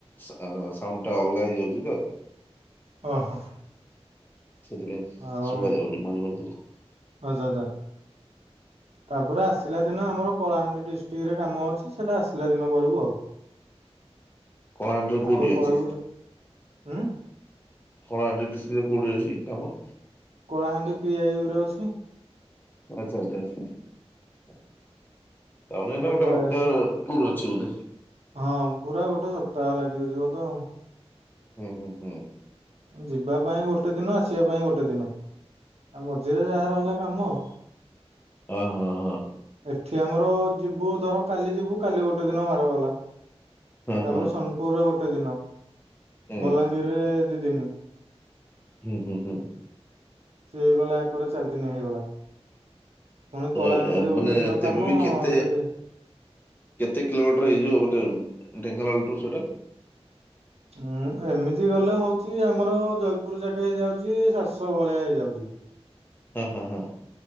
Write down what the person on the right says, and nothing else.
ଅହ।
ଆଉ,
ଆ ସଦା।
ତାପରେ, ଆସିଲା ଦିନ ଆମର କଳାହାଣ୍ଡି ଡିଷ୍ଟ୍ରିକ୍ ରେ କାମ ଅଛି। ସେଟା ଆସିଲା ଦିନ କରିବୁ, ଆଉ।
ଆଗ
ପଳେଇବୁ ତ। ଉଁ।
କଳାହାଣ୍ଡି ପି ଆଇ ୟୁ ରେ ଅଛି।
ସେଟା
ପଳେଇ
ଆସିବୁ
ହଁ ପୁରା ଗୋଟେ ସପ୍ତାହ ଲାଗିବ ଯିବ ତ ଆଉ‌।
ଯିବା ପାଇଁ ଗୋଟେ ଦିନ ଆସିବା ପାଇଁ ଗୋଟେ ଦିନ, ଆଉ ମଝିରେ ଯାହା ରହିଲା କାମ ଆଉ।
ଏଠି ଆମର ଯିବୁ ଧର କାଲି ଯିବୁ, କାଲି ଗୋଟେ ଦିନ ମାଡ ଗଲା। ତାପରେ
ସୋନପୁର୍ ରେ ଗୋଟେ ଦିନ,
ବଲାଙ୍ଗୀର୍ ରେ ଦି ଦିନି।
ସେ ହେଇଗଲା ଏକରେ ଚାରି ଦିନି ହେଇଗଲା। ପୁଣି କଳାହାଣ୍ଡିରେ
ଗୋଟେ ଦିନ
କାମ
ସେଟି।
ଉଁ ଏମିତି ଗଲେ ହଉଚି ଆମର ଜୟପୁର୍ ଯାକେ ହେଇଯାଉଚି ଶାତସ ଭଳିଆ ହେଇଯାଉଚି।